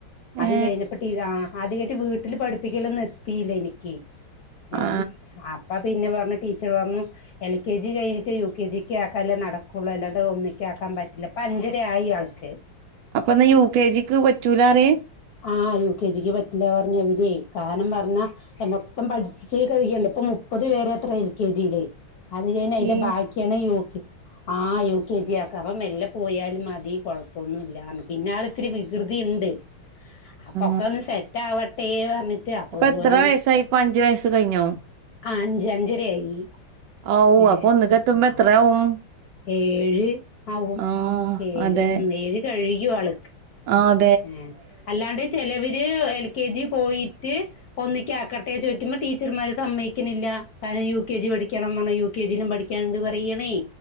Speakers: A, on the left; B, on the right.
A: അത്
B: ഏ
A: കഴിഞ്ഞെപ്പ ടീ ആ അതികെറ്റെ വീട്ട്ൽ പഠിപ്പിക്കലൊന്നും എത്തിയില്ലെയ്നി ഇക്ക് ഏ
B: ആ
A: അപ്പ പിന്നെ പർണ് ടീ ച്ചെർ പർണു എൽ. കെ. ജി കഴിഞ്ഞ്ട്ട് യു. കെ. ജിക്ക് ആക്കെലെ നടക്കൊള്ളു അല്ലാണ്ടെ ഒന്നിക്ക് ആക്കാൻ പറ്റില്ല ഇപ്പ അ ഞ്ചെര ആയി ആൾക്ക്
B: അപ്പൊന്നാ യു. കെ. ജിക്ക് പറ്റൂലാ പറെ
A: ആ യു. കെ. ജിക്ക് പറ്റില്ല പറഞ്ഞെ അവരെ കാരണം പർണാ മൊത്തം പഠിച്ച് കഴിയെണ്ടെ ഇപ്പം മുപ്പെത് വെരെ അത്രേ എൽ. കെ. ജിയിൽ അത് കഴിന്ന് അയിന്റെ
B: ഈ
A: ബാക്കിയാണ് യു. കെ. ആ യു. കെ. ജി പർ അവൻ മെല്ലെ പോയാലും മതി കൊഴപ്പൊന്നും ഇല്ല പർണു പിന്നെ ആൾ ഇത്തിരി വികൃതി ഇണ്ട് അപ്പൊക്കെ
B: ആ
A: ഒന്ന് സെറ്റ് ആവട്ടെ പർൺട്ട് അപ്പൊ
B: എത്ര
A: ഒര് ഓൽ
B: വയസ്സായി ഇപ്പൊ അഞ്ചു വയസ്സ് കഴിഞ്ഞോ
A: ആ അഞ്ച് അഞ്ചെര ആയി
B: ഓ
A: ഏ
B: അപ്പൊ ഒന്നിക്ക് എത്തുമ്പോ
A: ആ
B: എത്രയാവും
A: ഏഴ് ആകും
B: ആ
A: ഏഴ്
B: അതെ
A: ഉം ഏഴ് കഴിയും ആൾ
B: ആ അ
A: ഏ അല്ലാണ്ട് ചെലവെര് എൽ. കെ. ജി പോയിട്ട് ഒന്നിക്ക് ആക്കട്ടെ ചോയിക്കുമ്പോ ടീച്ചർന്മാര് സമ്മെയിക്ക്ണില്ല കാരണം യു. കെ. ജി പഠിക്കെണം പർൺ യു. കെ. ജിയിലും പഠിക്കാൻ ഇണ്ട് പറിയാണെ